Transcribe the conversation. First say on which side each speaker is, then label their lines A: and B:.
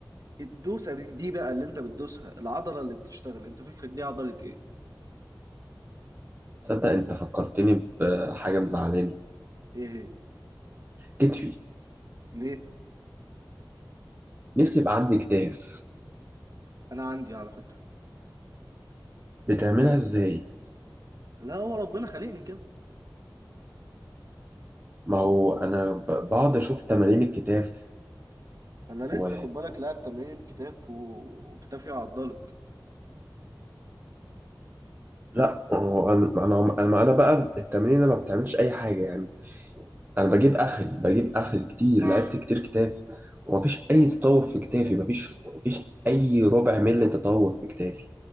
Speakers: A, on the right; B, on the right.
A: الدوسة دي بقى اللي انت بتدوسها العضلة اللي بتشتغل انت فكرك دي عضلة ايه
B: تصدق انت فكرتني بحاجه مزعلاني
A: ايه هي
B: كتفي
A: ليه
B: نفسي يبقى عندي كتاف
A: انا عندي على فكرة
B: بتعملها ازاي
A: لا هو ربنا خلقني كده
B: ما هو انا ب- بقعد اشوف تمارين الكتاف
A: انا
B: و
A: لسه خد بالك لاعب تمرينة كتاف و- وكتافي عضلت
B: لا هو انا انا انا أنا بقى التمارين ما بتعملش اي حاجه يعني انا بجيب اخري بجيب اخري كتير لعبت كتير كتاف ومفيش اي تطور في كتافي مفيش مفيش اي ربع ملي تطور في كتافي